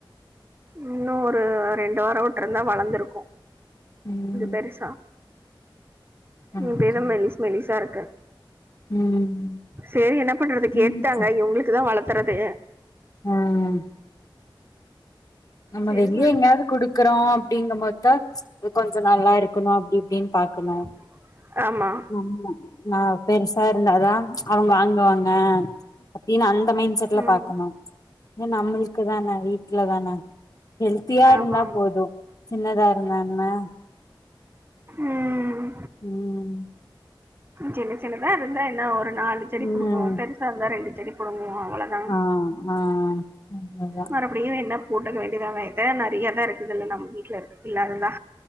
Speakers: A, on the right; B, on the left.
A: இன்னு ஒரு ரெண்டு வாரோ விட்டிருந்தா வளர்ந்திருக்கு
B: ம்
A: பெரிசா
B: ஓகே
A: ம் இப்பென்ன மெலிஸ் மெலிஸா இருக்கு
B: ம்
A: செரி என்ன பண்றது கேட்டுட்டாங்க
B: ம்
A: இவங்களுக்குதா வளர்த்துறதே
B: ம் நம்ம
A: சரி
B: வெளியே
A: சொல்லிட்டு
B: எங்கயாவது
A: பிச்சு
B: குடுக்குறோ அப்டிங்கும் போதுதா கொஞ்ச நல்லா இருக்கணு அப்டி இப்டின்னு பாக்கணு
A: <inaudible> ஆமா
B: <unintelligible> நா பெருசா இருந்தாதா ம்ச் அவங்க வாங்குவாங்க அப்டின்னு அந்த மைண்ட் செட்ல
A: ம்
B: பாக்கணு இது நம்மளுக்கு தான வீட்டுல தான ஹெல்த்தியா
A: ஆமா
B: இருந்தா
A: ஆமா
B: போது சின்னதா இருந்தா என்ன
A: ம்
B: ம்
A: சின்ன சின்னதா இருந்தா என்னா ஒரு நாலு செடி
B: ம்
A: கொடுக்குவோ பெருசா இருந்தா ரெண்டு செடி புடுங்குவோ அவ்வளோதா
B: ஆ ஆ அவ்ளோதா
A: மறுபடியு என்ன போட்டுக்க வேண்டியதா வேத நெறையாதா இருக்குது இல்ல நம்ம வீட்டுல இருக்கு இல்லாததா